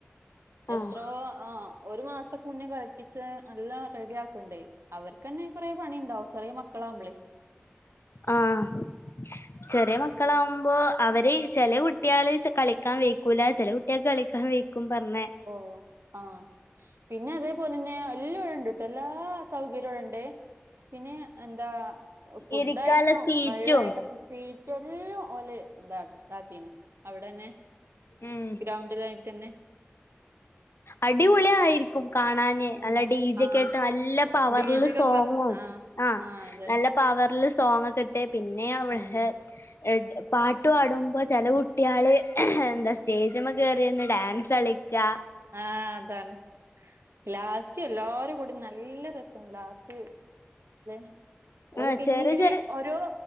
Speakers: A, on the left (about 80°); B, on the right (about 80°).
A: ആഹ്
B: എത്രോ ആഹ് ഒരു മാസം മുന്നെ കളിപ്പിച്ച് നല്ലോം റെഡിയാക്ണ്ടേ അവർക്കന്നെ കൊറേ പണി ണ്ടാവും ചെറിയ മക്കളാകുമ്പളെ
A: ആഹ് ചെറിയ മ മക്കളാകുമ്പോ അവര് ചെല കുട്ടിയാള് കളിക്കാൻ വെയ്ക്കൂല ചെല കുട്ടികൾക്ക് കളിക്കാൻ വെയ്ക്കും പറഞ്ഞെ
B: ഓഹ് ആ പിന്നെ അതേപോലെന്നെ എല്ല ഇവിടെ ഉണ്ട്ട്ടോ, എല്ലാ സൗകര്യവും ഉണ്ട്. പിന്നെ എന്താ? ഫുഡായിട്ടും
A: ഇരിക്കാള്ള സീറ്റും
B: വെള്ളായിട്ടൊക്കെ ഫ്രീ... എല്ലാം ഓല് ഇത ഇതാക്കിക്ണ്. അവിടെന്നെ,
A: ഉം
B: ഗ്രൗണ്ടിലായിട്ടെന്നെ.
A: അടിപൊളി ആയിരിക്കും കാണാൻ.
B: ഉം
A: നല്ല ഡീ ജെ
B: ആഹ്
A: കെ ഇട്ട്, നല്ല പവർ
B: ഡീജൊക്കെപ്പാ
A: സോങ്ങും.
B: ആഹ്
A: ആ,
B: ആഹ് അതന്നെ
A: നല്ല... പവർല് സോങ്ങൊക്കെ ഇട്ട്, പിന്നെ അവിടെ...
B: ഉം
A: പാട്ട് പാടുമ്പോ ചെല കുട്ടികള് എന്താ സ്റ്റേജ്മ്മ കയറിന്ന് ഡാൻസ് കളിക്കാ...
B: ആഹ്, അതാണ്. ലാസ്റ്റ് എല്ലാരും കൂടി നല്ല രസാണ്. ലാസ്റ്റ്... <unintelligible> ഓലെ
A: ആഹ്
B: പിന്നിങ്ങനെ
A: ചെറിയ ചെറിയ
B: ഓരോ...